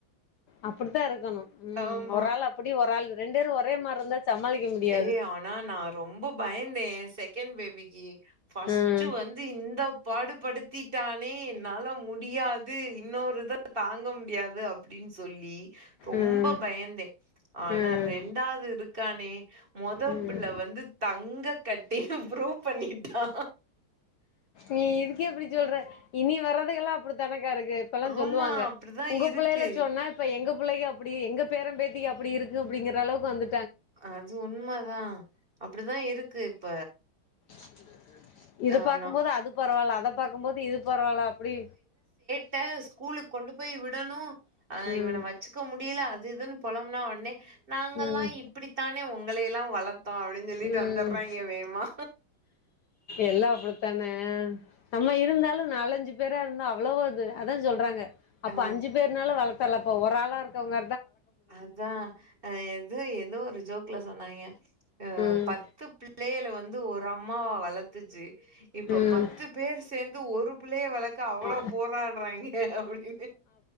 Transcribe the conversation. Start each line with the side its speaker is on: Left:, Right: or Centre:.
Left: அப்டித்தா இருக்கணு உம்
Right: ஆமா.
Left: ஒரு ஆள் அப்படி ஒரு ஆள் ரெண்டுருமே ஒரே மாரி இருந்தா சமாளிக்க முடியாது
Right: ஏ ஆனா நா ரொம்ப பயந்தே செகண்ட் பேபிக்கு ஃபஸ்ட்டு
Left: ம்
Right: வந்து இந்த பாடுபடுத்திட்டானே என்னால முடியாது இன்னொரு தா தாங்க முடியாது அப்டின்னு சொல்லி ரொம்ப
Left: ம்
Right: பயந்தே ஆனா
Left: ம்
Right: ரெண்டாவது இருக்கு இருக்கானே மொதப்புள்ள
Left: ம்
Right: வந்து தங்க கட் ப்ரூவ் பண்ணிட்டா
Left: நீ இதுக்கே இப்டி சொல்ற இனி வர்றதுகல்லா அப்டி தானங் இருக்கு இப்பெல்லா
Right: ஆமா
Left: சொல்லுவாங்க
Right: அப்படிதான்
Left: உங்க
Right: இருக்கு
Left: புள்ளேள சொன்னா இப்ப எங்க புள் உங்க பிள்ளைய அப்டி எங்க பேரம் பேத்தி அப்டி இருக்கு அப்டிங்கிற அளவுக்கு வந்து
Right: அது உண்மதா அப்டிதா இருக்கு இருக்கு இப்ப
Left: ச <inaudible> இத
Right: ஆஹ்
Left: பாக்கும்போது
Right: நான்
Left: அது பரவால்ல அத பாக்கும் போது இது பரவால்ல அப்டி
Right: ட்ட ஸ்கூலுக்கு கொண்டு போய் விடணு ஆ
Left: ம்
Right: இவன வச்சுக்க முடியல அது இதுன்னு பொலம்னா ஒடனே நாங்கல்லா
Left: ம்
Right: இப்டித்தானே ஒங்களையு எல்லா வளர்த் தோ அப்டின்னு சொல்லிட்டு
Left: ம்
Right: வந்துர்றாங்க வேமா
Left: எல்லா அப்டித்தானே நம்மா இருந்தாலு நா நாலஞ்சு பேரா இருந்தா அவ்வளவோது அதா சொல்றாங்க அப்ப
Right: ஆ
Left: அஞ்சு பேருன்னாள வளப் தலபோ ஒரு ஆளா இருக்கவங்க
Right: அதாஆ எது ஏதோ ஒரு ஜோக்ளா சொன்னாங்ய அ
Left: ம்
Right: பத்து பிள்ளைல வந்து ஒர் ஓரொம்மாவா வளத்துச்சு இப்ப
Left: ம்
Right: பத்து பேர் சேந்து ஒருப் புள்ளைய வளக் க அவ்வளோ
Left: அ
Right: போராடுறாய்ங்க அப்டின்னு